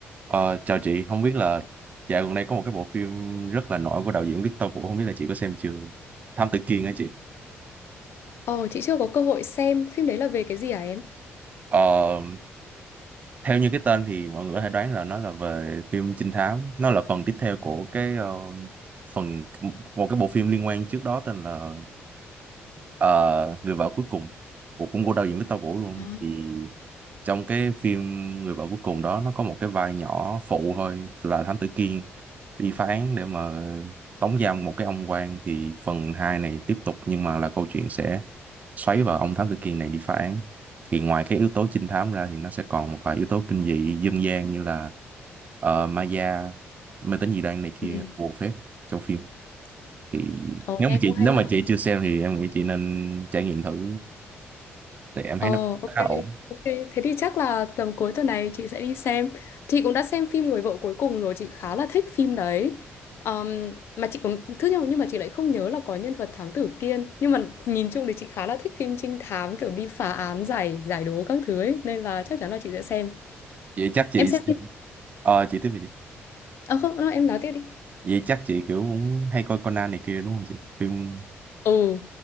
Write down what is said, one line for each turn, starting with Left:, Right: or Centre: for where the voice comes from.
Right: Ờ, chào chị, không biết là dạo gần đây có một cái bộ phim rất là nổi của đạo diễn Victor Vũ, không biết là chị có xem chưa? Thám Tử Kiên á chị.
Left: Ồ, chị chưa có cơ hội xem phim đấy là về cái gì hả em?
Right: Ờ, theo như cái tên thì mọi người có thể đoán là nó là về phim trinh thám, nó là phần tiếp theo của cái ờ, phần một cái bộ phim liên quan trước đó tên là Ờ, người vợ cuối cùng của cũng của đạo diễn Victor Vũ luôn
Left: À.
Right: thì trong cái phim người vợ cuối cùng đó nó có một cái vai nhỏ phụ thôi là Thám Tử Kiên đi phá án để mà tống giam một cái ông quan thì phần 2 này tiếp tục nhưng mà là câu chuyện sẽ xoáy vào ông Thám Tử Kiên này đi phá án thì ngoài cái yếu tố trinh thám ra thì nó sẽ còn một vài yếu tố kinh dị dân gian như là ờ, ma da mê tín dị đoan này kia
Left: Ừ.
Right: bùa phép trong phim thì
Left: Ồ,
Right: nếu
Left: nghe
Right: mà chị
Left: cũng hay
Right: nếu
Left: hả?
Right: mà chị chưa xem thì em nghĩ chị nên trải nghiệm thử thì em
Left: Ồ,
Right: thấy nó
Left: ok,
Right: khá ổn
Left: ok. Thế thì chắc là tầm cuối tuần này chị sẽ đi xem. Chị cũng đã xem phim Người vợ cuối cùng rồi, chị khá là thích phim đấy. Ờm, mà chị cũng thứ nhưng nhưng mà chị lại không nhớ là có nhân vật thám tử Kiên. Nhưng mà nhìn chung thì chị khá là thích phim trinh thám kiểu đi phá án giải giải đố các thứ ấy, nên là chắc chắn là chị sẽ xem.
Right: vậy chắc chị
Left: Em xem
Right: xem-
Left: phim.
Right: ờ chị tiếp về đi
Left: À không, không, em nói tiếp đi.
Right: vậy chắc chị kiểu cũng hay coi Conan này kia đúng không chị phim
Left: Ừ,